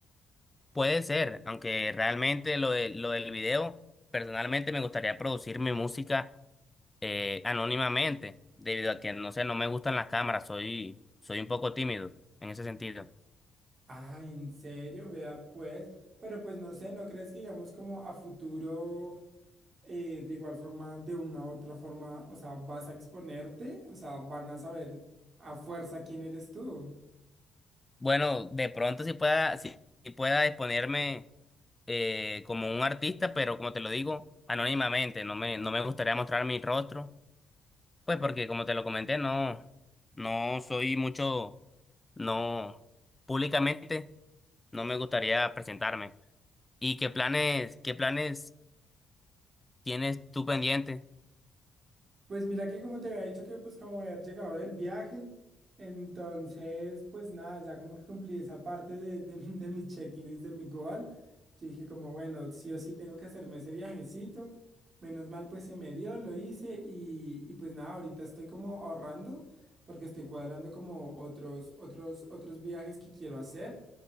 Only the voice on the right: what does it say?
Ah, ¿en serio? Vea pues, pero pues no sé, ¿no crees que digamos como a futuro? eh, de igual forma, de una u otra forma, o sea, vas a exponerte, o sea, van a saber a fuerza quién eres tú.
Pues mira que como te había dicho que pues como había llegado del viaje, entonces pues nada, ya como que cumplí esa parte de, de, <laughs> de mi checklist, de mi goal. Yo dije como, bueno, sí o sí tengo que hacerme ese viajecito. Menos mal pues se me dio, lo hice y, y pues nada, ahorita estoy como ahorrando porque estoy cuadrando como otros, otros, otros viajes que quiero hacer.